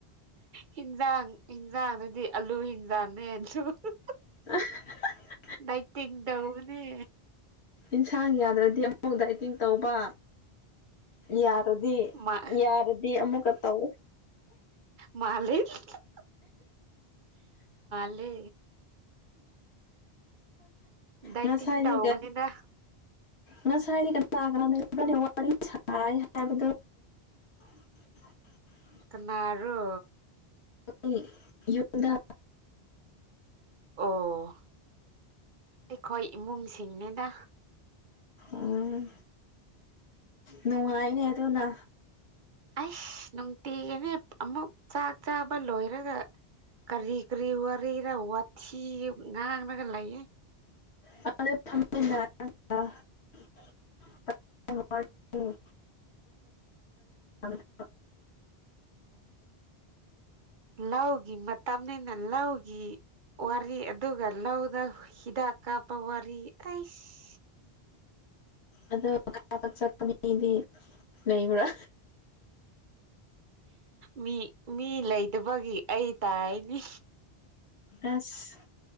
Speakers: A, on the right; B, on the left.
A: ꯍꯤꯟꯖꯥꯡ ꯍꯤꯟꯖꯥꯡ ꯗꯨꯗꯤ ꯑꯂꯨ ꯍꯤꯟꯖꯥꯡꯅꯦ <unintelligible>
B: <unintelligible>
A: ꯗꯥꯢꯇꯤꯡ ꯇꯧꯒꯅꯤ
B: ꯏꯟꯁꯥꯡ ꯌꯥꯗ꯭ꯔꯗꯤ ꯑꯃꯨꯛ ꯗꯥꯢ ꯇꯤꯡ ꯇꯧꯕ ꯌꯥꯔꯗꯤ
A: ꯃꯥ
B: ꯌꯥꯔꯗꯤ ꯑꯃꯨꯛꯀ ꯇꯧ
A: ꯃꯥꯂꯤ <unintelligible> ꯃꯥꯂꯦ ꯗꯥꯢꯇꯤꯡ
B: ꯉꯁꯥꯏꯗꯤ
A: ꯇꯧꯕꯅꯤꯅ
B: ꯉꯁꯥꯏꯗꯤ ꯀꯅꯥ ꯀꯅꯥ ꯂꯩꯕ꯭ꯔꯅꯤ ꯋꯥꯔꯤ ꯁꯥꯏ ꯍꯥꯏꯕꯗꯣ <inaudible>
A: ꯀꯅꯥꯔꯣ
B: ꯑꯩ ꯌꯨꯝꯗ
A: ꯑꯣ ꯑꯩꯈꯣꯏ ꯏꯃꯨꯡꯁꯤꯡꯅꯤꯗ
B: ꯎꯝ ꯅꯨꯡꯉꯥꯏꯅꯦ ꯑꯗꯨꯅ
A: ꯑꯁ ꯅꯨꯡꯇꯤꯒꯤꯅꯦ ꯑꯃꯨꯛ ꯆꯥꯛ ꯆꯥꯕ ꯂꯣꯏꯔꯒ ꯀꯔꯤ ꯀꯔꯤ ꯋꯥꯔꯤꯔ ꯋꯥꯊꯤ ꯉꯥꯡꯅꯒ ꯂꯩꯌꯦ
B: <unintelligible> ꯎꯝ <unintelligible>
A: ꯂꯧꯒꯤ ꯃꯇꯝꯅꯤꯅ ꯂꯧꯒꯤ ꯋꯥꯔꯤ ꯑꯗꯨꯒ ꯂꯧꯗ ꯍꯤꯗꯥꯛ ꯀꯥꯞꯄ ꯋꯥꯔꯤ ꯑꯩꯁ
B: ꯑꯗꯣ <unintelligible> ꯑꯩꯗꯤ ꯅꯩꯕ꯭ꯔꯥ
A: ꯃꯤ ꯃꯤ ꯂꯩꯇꯕꯒꯤ ꯑꯩ ꯇꯥꯔꯛꯏꯅꯤ
B: ꯑꯁ